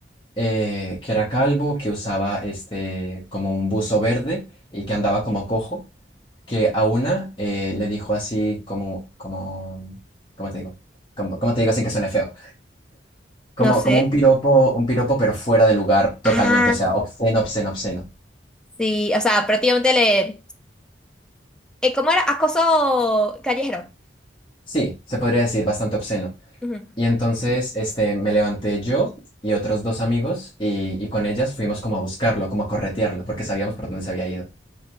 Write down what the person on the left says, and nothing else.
eh, que era calvo, que usaba este como un buzo verde y que andaba como cojo, que a una eh, le dijo así como, como, ¿cómo te digo? Como, ¿cómo te digo sin que suene feo? Como,
como
un piropo, un piropo, pero fuera de lugar totalmente,
o sea, obsceno, obsceno, obsceno.
Sí, se podría decir bastante obsceno.
Y entonces, este, me levanté yo y otros dos amigos y, y con ellas fuimos como a buscarlo, como a corretearlo, porque sabíamos por dónde se había ido.